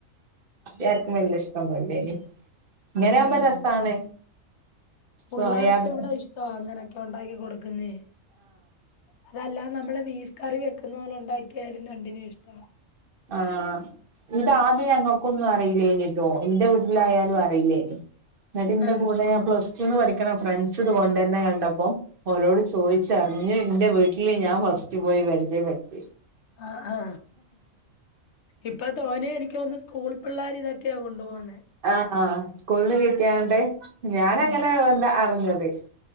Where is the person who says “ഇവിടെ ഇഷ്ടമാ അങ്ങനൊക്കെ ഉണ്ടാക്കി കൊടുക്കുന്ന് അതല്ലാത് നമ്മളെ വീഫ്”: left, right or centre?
Left